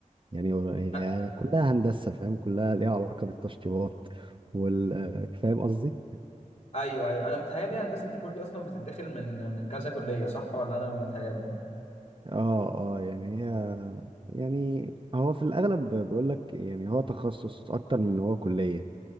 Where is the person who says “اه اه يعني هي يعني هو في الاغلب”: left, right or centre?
Right